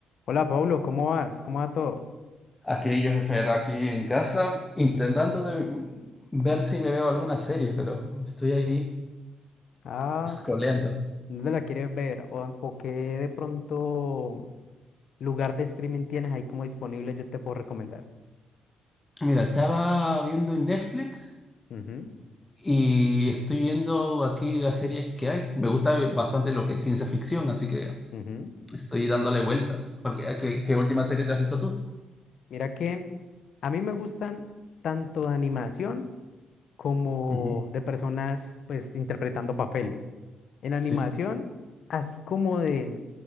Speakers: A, on the left; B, on the left.
A: Hola, Pablo, ¿cómo vas? ¿Cómo va todo?
B: Aquí yo, Fer, aquí en casa, intentando de ver si me veo alguna serie, pero estoy ahí
A: Ah,
B: scrolleando.
A: ¿dónde la quieres ver? ¿O, o qué de pronto lugar de streaming tienes ahí como disponible? Yo te puedo recomendar.
B: Mira, estaba viendo en Netflix
A: Ujú,
B: y estoy viendo aquí las series que hay. Me gusta bastante lo que es ciencia ficción, así que
A: ujú.
B: estoy dándole vueltas. Porque, ¿qué, qué última serie te has visto tú?
A: Mira que a mí me gustan tanto de animación como
B: Ujú,
A: de personas pues interpretando papeles. En animación,
B: Sí.
A: así como de,